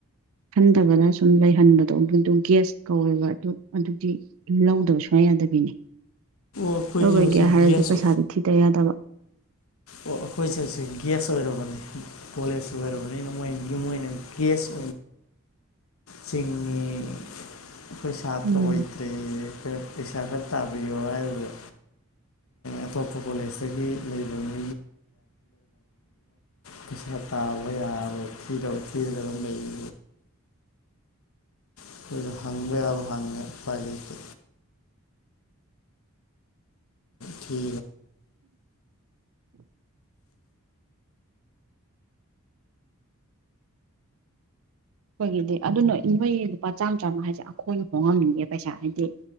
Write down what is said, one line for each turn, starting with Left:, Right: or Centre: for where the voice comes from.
Right: ꯈꯟꯊꯕꯗ ꯁꯨꯝ ꯂꯩꯍꯟꯕꯗꯣ ꯑꯗꯨ ꯒ꯭ꯦꯁ ꯀꯧꯋꯦꯕ ꯑꯗꯨ ꯑꯗꯨꯗꯤ ꯂꯧꯗꯕꯁꯨ ꯁꯨꯃꯌꯥ ꯌꯥꯗꯕꯤꯅꯤ
Left: ꯑꯩꯈꯣꯏꯁꯦ
Right: ꯇꯧꯕꯣꯏꯒꯦ
Left: ꯍꯧꯖꯤꯛ
Right: ꯍꯥꯏꯔꯁꯨ
Left: ꯒ꯭ꯌꯥꯁ
Right: ꯄꯩꯁꯥꯗꯤ ꯊꯤꯗ ꯌꯥꯗꯕ
Left: ꯑꯣ ꯑꯩꯈꯣꯏꯁꯦꯁꯦ ꯒ꯭ꯌꯥꯁ ꯑꯣꯏꯔꯕꯅꯤ ꯀꯣꯂꯦꯖ ꯑꯣꯏꯔꯕꯅꯤꯅ ꯃꯣꯏ ꯌꯨꯝꯣꯏꯅ ꯒꯌꯥꯁ
Right: ꯍꯤ
Left: ꯆꯤꯡ ꯑꯩꯈꯣꯏ ꯁꯥꯇ꯭ꯔ
Right: ꯎꯝ
Left: ꯑꯣꯏꯗ꯭ꯔꯦ ꯑꯩꯈꯣꯏꯅ ꯄꯩꯁꯥ ꯈꯔ ꯇꯥꯕꯤꯌꯣ ꯍꯥꯏꯕꯗ ꯑꯇꯣꯞꯄ ꯀꯣꯂꯦꯖꯇꯒꯤ ꯂꯩꯕꯅꯤ
Right: ꯗꯦ
Left: ꯄꯩꯁꯥ ꯇꯥꯕ ꯌꯥꯕ ꯊꯤ ꯊꯤꯔꯒ ꯑꯗꯨꯝ ꯂꯩ ꯑꯩꯈꯣꯏꯗ ꯍꯪꯕ ꯌꯥꯕ ꯍꯪꯉꯦ ꯎꯄꯥꯏ ꯂꯩꯇꯦ ꯊꯤ
Right: ꯑꯩꯈꯣꯏꯒꯤꯗꯤ ꯑꯗꯨꯅ ꯏꯣꯏ ꯂꯨꯄꯥ ꯆꯥꯝꯃ ꯆꯥꯝꯃ ꯍꯥꯏꯁꯦ ꯑꯩꯈꯣꯏ ꯍꯣꯡꯉꯝꯅꯤꯡꯉꯦ ꯄꯩꯁꯥ ꯍꯥꯏꯗꯤ